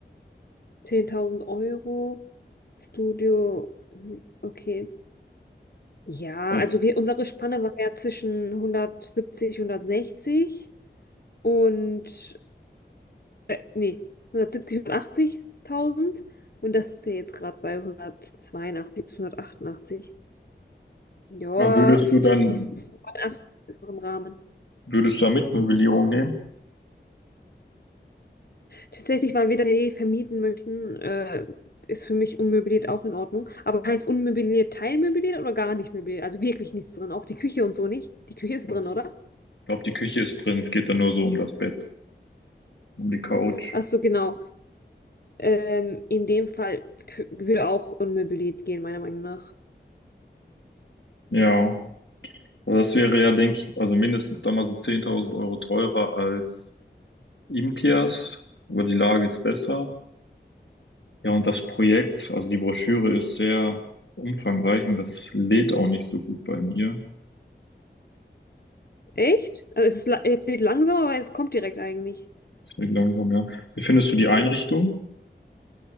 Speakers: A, on the left; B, on the left.
A: 10.000 Euro, Studio, hm, okay. Ja,
B: Also,
A: also wir, unsere Spanne war ja zwischen 170, 160 und Äh, nee, 170, 180.000 und das ist ja jetzt gerade bei 182 bis 188. Ja,
B: na, würdest
A: ist,
B: du dann,
A: ist, ist noch im Rahmen.
B: würdest du da mit Möblierung nehmen?
A: Tatsächlich, weil wir das ja eh vermieten möchten, äh, ist für mich unmöbliert auch in Ordnung. Aber heißt unmöbliert teilmöbliert oder gar nicht möbliert? Also wirklich nichts drin, auch die Küche und so nicht. Die Küche ist
B: Doch,
A: drin, oder?
B: Ich glaube, die Küche ist drin. Es geht dann nur so um das Bett, um die Couch.
A: Ach so, genau. Ähm, in dem Fall k- würde auch unmöbliert gehen, meiner Meinung nach.
B: Ja, also das wäre ja, denke ich, also mindestens dann mal so 10.000 Euro teurer als Imkias, aber die Lage ist besser. Ja, und das Projekt, also die Broschüre ist sehr umfangreich und das lädt auch nicht so gut bei mir.
A: Echt? Also es ist, la- es geht langsam, aber es kommt direkt eigentlich.
B: Ich denke langsam, ja. Wie findest du die Einrichtung?